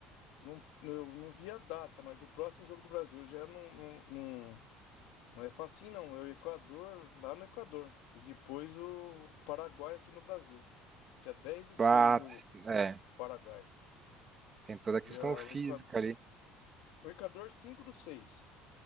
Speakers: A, on the left (about 75°); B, on the right (about 20°).
A: Não, eu não vi a data, mas o próximo jogo do Brasil já não, não, não, não é facinho, não. É o Equador, lá no Equador. E depois o Paraguai aqui no Brasil. Dia dez do seis
B: bate
A: o
B: é,
A: Paraguai.
B: tem toda a
A: E
B: questão
A: ah,
B: física
A: o Equador,
B: ali.
A: o Equador cinco do seis